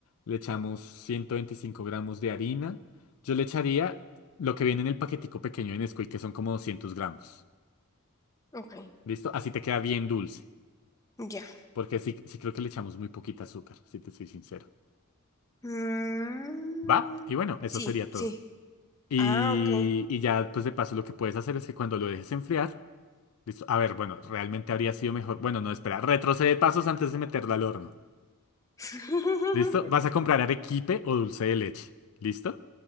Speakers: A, on the left (about 75°); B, on the left (about 15°).
A: le echamos 125 gramos de harina. Yo le echaría lo que viene en el paquetico pequeño de Nesquik, que son como 200 gramos.
B: Ok,
A: ¿Listo? Así te queda bien dulce.
B: ya.
A: Porque sí, sí creo que le echamos muy poquita azúcar, si te soy sincero.
B: Mm,
A: ¿Va? Y bueno, eso
B: sí,
A: sería todo.
B: sí.
A: Y,
B: Ah, ok.
A: y ya, pues de paso, lo que puedes hacer es que cuando lo dejes enfriar, ¿listo? A ver, bueno, realmente habría sido mejor. Bueno, no, espera, retrocede pasos antes de meterlo al horno.
B: <laughs>
A: ¿Listo? Vas a comprar arequipe o dulce de leche. ¿Listo?